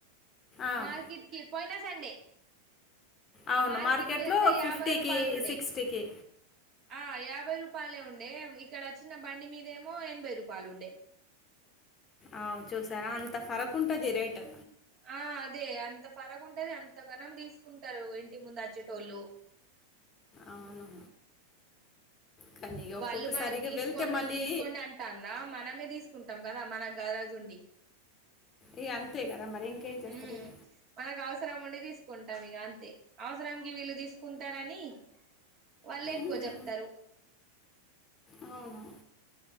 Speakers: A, on the left; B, on the right.
A: ఆ.
B: మార్కెట్ కి పోయినా ే
A: అవును
B: మార్కెట్కి
A: మార్కెట్లో
B: వెళ్తే
A: ఫిఫ్టీకి
B: యాభై రూపాయలు ఉండే
A: సిక్స్టీకి
B: ఆ యాభై రూపాయలే ఉండే ఇక్కడ చిన్న బండి మీదేమో ఎనభై రూపాయలు ఉండే
A: అవు చూసారా అంత ఫరకు ఉంటది రేటు
B: ఆ అదే అంత ఫరకు ఉంటది అంత ఘనం తీసుకుంటారు ఇంటి ముందు అచ్చేటోళ్ళు
A: అవును కానీ ఇక
B: వాళ్ళు
A: ఒక్కొక్కసారి
B: మనకు
A: ఇక
B: తీసుకోండి
A: వెళ్తే మళ్ళీ
B: తీసుకోండి అంటన్న మనమే తీసుకుంటాం కదా మనకు గారజుండీ
A: ఇగ అంతే కదా మరి ఇంకేం చేస్తారు
B: ఉ
A: ఇక
B: మనకు అవసరం ఉండి తీసుకుంటాం ఇక అంతే అవసరానికి వీళ్ళు తీసుకుంటారని వల్లే ఎక్కువ
A: ఉమ్,
B: చెప్తారు
A: అవును